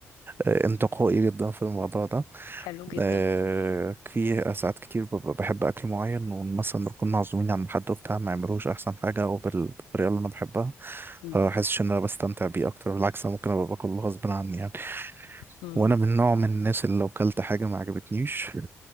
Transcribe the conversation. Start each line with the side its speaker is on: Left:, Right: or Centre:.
Right: آه، انتقائي جدا في الموضوع ده
Left: حلو جدا
Right: أه في ساعات كتير ببقى بحب أكل معين ومثلا نكون معزومين عند حد وبتاع ما يعملوش أحسن حاجة أو بال- بالطريقة اللي أنا بحبها
Left: مم.
Right: فحاسس إن أنا بستمتع بيه أكتر بالعكس أنا ممكن أبقى باكل غصب عني يعني
Left: مم.
Right: وأنا من نوع من الناس اللي لو كلت حاجة ما عجبتنيش